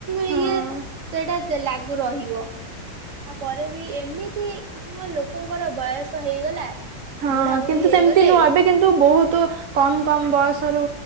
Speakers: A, on the right; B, on the right.
A: ଇଏ
B: ହଁ
A: ସେଇଟା ଲାଗୁ ରହିବ। ତାପରେ ବି ଏମିତି ହଁ ଲୋକଙ୍କର ବୟସ ହେଇଗଲା।
B: ହଁ
A: ବୁଢା ବୁଢୀ
B: କିନ୍ତୁ
A: ହେଇଗଲେ
B: ସେମିତି ନୁହ ଏବେ କିନ୍ତୁ ବହୁତ କମ କମ ବୟସରୁ